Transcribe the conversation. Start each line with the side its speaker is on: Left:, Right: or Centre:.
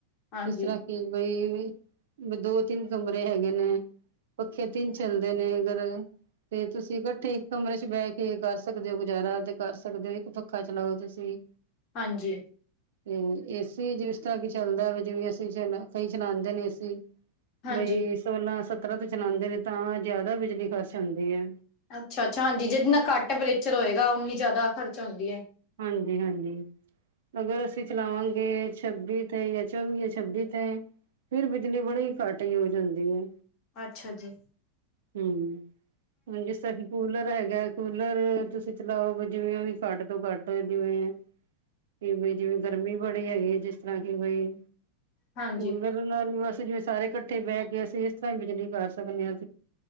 Left: ਹਾਂਜੀ
Right: ਇਸ ਤਰ੍ਹਾਂ ਕਿ ਬਈ ਦੋ-ਤਿੰਨ ਕਮਰੇ ਹੈਗੇ ਨੇ, ਪੱਖੇ ਤਿੰਨ ਚੱਲਦੇ ਨੇ। ਅਗਰ ਤੇ ਤੁਸੀਂ ਇਕੱਠੇ ਇੱਕ ਕਮਰੇ ਚ ਬਹਿ ਕੇ ਕਰ ਸਕਦੇ ਹੋ ਗੁਜ਼ਾਰਾ, ਤੇ ਕਰ ਸਕਦੇ ਹੋ ਇੱਕ ਪੱਖਾ ਚਲਾਓ ਤੁਸੀਂ
Left: ਹਾਂਜੀ।
Right: ਤੇ ਏਸੀ ਜਿਸ ਤਰ੍ਹਾਂ ਕੀ ਚੱਲਦਾ, ਜਿਵੇਂ ਅਸੀਂ ਚ ਕਈ ਚਲਾਉਦੇ ਨੇ ਏਸੀ
Left: ਹਾਂਜੀ
Right: ਬਈ ਸੋਲਾਂ-ਸਤਰਾਂ ਤੋਂ ਚਲਾਉਂਦੇ ਨੇ ਤਾਂ ਜ਼ਿਆਦਾ ਬਿਜਲੀ ਖਰਚ ਹੁੰਦੀ ਹੈ
Left: ਅੱਛਾ- ਅੱਛਾ। ਹਾਂਜੀ, ਜਿੰਨਾ ਘੱਟ ਟਪਰੇਚਰ ਹੋਏਗਾ, ਉਨੀ ਜ਼ਿਆਦਾ ਖ਼ਰਚ ਹੁੰਦੀ ਹੈ
Right: ਹਾਂਜੀ- ਹਾਂਜੀ। ਅਗਰ ਅਸੀਂ ਚਲਾਵਾਂਗੇ ਛੱਬੀ ਤੇ ਜਾਂ ਚੌਵੀ ਜਾਂ, ਛੱਬੀ ਤੇ ਫਿਰ ਬਿਜਲੀ ਬੜੀ ਘੱਟ ਯੂਜ ਹੁੰਦੀ ਹੈ।
Left: ਅੱਛਾ ਜੀ।
Right: ਹੂੰਮ ਕੂਲਰ ਹੈਗਾ, ਕੂਲਰ ਤੁਸੀਂ ਚਲਾਓ ਵੀ ਜਿਵੇਂ ਵੀ ਘੱਟ ਤੋਂ ਘੱਟ ਜਿਵੇਂ ਕਿ ਜਿਵੇਂ ਗਰਮੀ ਬੜੀ ਹੈਗੀ ਜਿਸ ਤਰ੍ਹਾਂ ਕਿ ਬਈ
Left: ਹਾਂਜੀ
Right: ਕੂਲਰ ਨਾਲ ਅਸੀ ਜਿਵੇਂ ਸਾਰੇ ਇਕੱਠੇ ਬਹਿ ਕੇ ਅਸੀਂ, ਇਸ ਤਰ੍ਹਾਂ ਹੀ ਬਿਜਲੀ ਕਰ ਸਕਦੇ ਹਾਂ